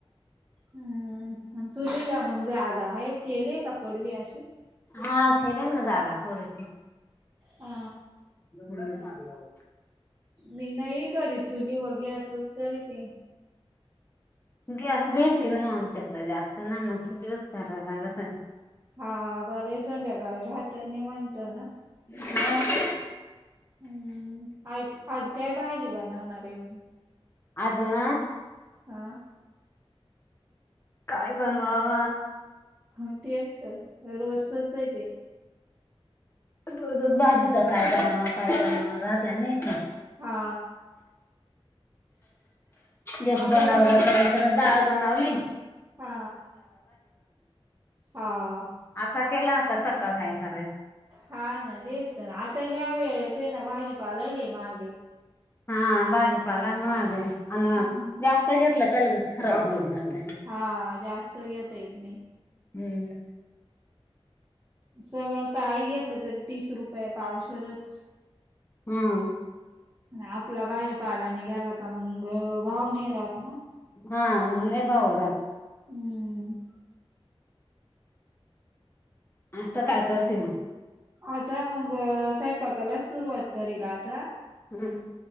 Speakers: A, on the right; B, on the left.
A: हम्म चुलीला मग जागा हाय केलीये का? पडवी अशी
B: हा केेलय ना जागा थोडीशी.
A: अ
B: <unintelligible>
A: मी नाही करीत चुली वघे गॅसवस करीत.
B: गॅस भेटती नाही आमच्याकडे जास्त ना म चुली वरच कराय लागतय.
A: हा ब <unintelligible> संध्याकाळी राहतय निवांत ना.
B: <unintelligible>
A: हम्म ऐक आज काय भाजी बनवणार आहे मग.
B: आज ना.
A: हां.
B: काय बनवाव.
A: हा तेच तर रोजचच आहे ते.
B: रोज रोज भाजीचा काय करणार काय करणार राहतय ना इथ.
A: हा.
B: गेट
A: आता
B: बनवलं
A: भाजी
B: तर इकडं दाळ बनवली.
A: हा हा.
B: आता केला होता, सकाळ काय कराय?
A: हा ना, तेच तर, आता ह्या वेळेस ये ना, भाजीपालाला लई महाग ये.
B: हां, भाजीपाला महाग अं
A: हम्म
B: जास्त घेतलं का, लगच खराब होउन जातय.
A: हां, जास्त घेता येत नही
B: हम्म.
A: सगळं काही घेतलं, तरी तीस रुपये पावशेरच.
B: हम्म
A: आणि आपला भाजीपाला निघाला का, मंग भाव नही राहत ना.
B: हां, मंग नही भाव राहत.
A: हम्म.
B: आता काय करती म?
A: आता मंग सयंपाकालाच, सुरुवात करील आता.
B: ह्हणं.